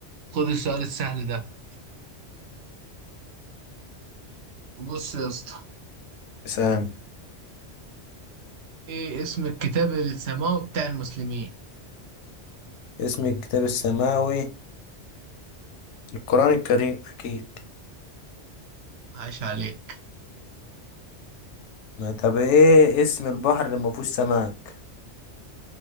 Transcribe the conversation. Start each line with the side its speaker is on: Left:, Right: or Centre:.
Right: خد السؤال السهل ده بص يا اسطى
Left: اسأل
Right: إيه اسم الكتاب السماوي بتاع المسلمين؟
Left: اسم الكتاب السماوي القرآن الكريم أكيد
Right: عايش عليك
Left: ما طب إيه اسم البحر اللي ما فيهوش سمك؟